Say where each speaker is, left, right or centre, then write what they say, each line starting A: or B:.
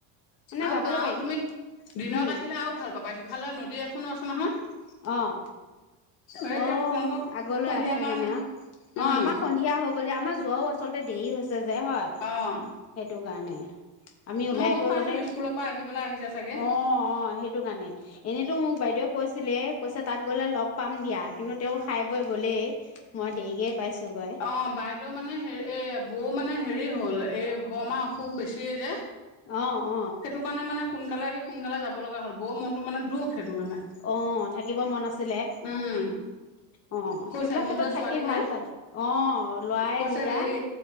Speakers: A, on the left; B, on the left.
A: মানে
B: আৰু
A: যাবলৈ
B: গাঁওত
A: পাৰি
B: তুমি দিনত
A: উম
B: আহিলে আৰু ভাল পাবা সি ইফালে নদী এখনো আছে নহয়
A: অহ
B: এই এতিয়া
A: অ
B: তোমালোকক
A: আগলৈ
B: সন্ধিয়া
A: আছে
B: কাৰণেহে
A: মানে অ অ
B: উম
A: আমাৰ সন্ধিয়া হওক আমাৰ যোৱাও আচলতে দেৰি হৈছে যে হয়
B: অ'
A: সেইটো গানে আমি উওলাই
B: মই গম
A: কলোতে
B: পাইছো স্কুলৰ পৰা আহি পেলাই আহিছে চাগে
A: অ অ সেইটো কাৰণে এনেতো মোক বাইদেউ কৈছিলে কৈছে তাত গ'লে লগ পাম দিয়া কিন্তু তেওঁ খাই বৈ গ'লেই মই দেৰিকে পাইছোগৈ
B: অ বাইদেউ মানে হেৰি এ বৌ মানে হেৰি হ'ল এই বমা খুব বেছিয়ে যে
A: অ অ
B: সেইটো কাৰণে মানে সোনকালে আহি সোনকালে যাব লগা হ'ল বৌ মনটো মানে দুখ সেইটো কাৰণে
A: অ থাকিব মন আছিলে
B: উম
A: অ
B: কৈছে
A: সেইবিলাক
B: মোৰ
A: ক্ষেত্ৰত
B: যে ছোৱালী
A: থাকি ভাল
B: নাই
A: পায় অ লৰাই
B: কৈছে
A: দুইটা
B: হেৰি